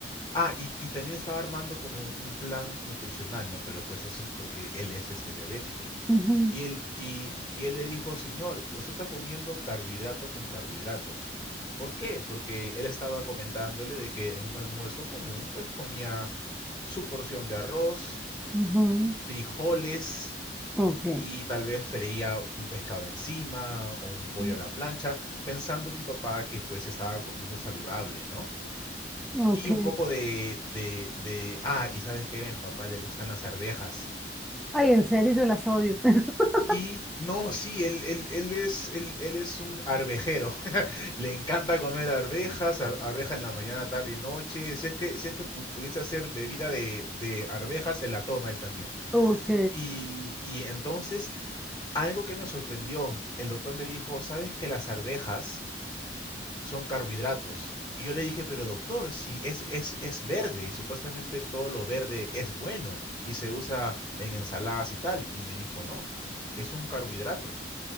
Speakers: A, on the left (about 25°); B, in the centre.
A: Ah, y, y también estaba armando como un un plan nutricional, ¿no? Pero pues eso es porque él es este diabético.
B: ujú,
A: Y él, y, y él le dijo, señor, usted está comiendo carbohidrato con carbohidrato. ¿Por qué? Porque él estaba comentándole de que en un almuerzo común pues comía su porción de arroz,
B: ujú.
A: frijoles
B: Ok,
A: y tal vez freía un pescado encima o un pollo
B: mm,
A: a la plancha, pensando mi papá que pues estaba comiendo saludable, ¿no?
B: ok.
A: Y un poco de, de, de, ah, y sabes qué, A papá le gustan las arvejas.
B: Ay, en serio, yo las odio. <laughs>
A: Y no, sí, él, él, él es, él, él es un arvejero. <laughs> Le encanta comer arvejas, ar- arveja en la mañana, tarde y noche. Si es que, si es que pu- pudiese hacer bebida de, de arvejas, se la toma él también.
B: Ok,
A: Y, y entonces, algo que me sorprendió, el doctor le dijo, ¿sabes que las arvejas son carbohidratos? Y yo le dije, pero doctor, si es, es, es verde y supuestamente todo lo verde es bueno y se usa en ensaladas y tal. Y me dijo, no, es un carbohidrato.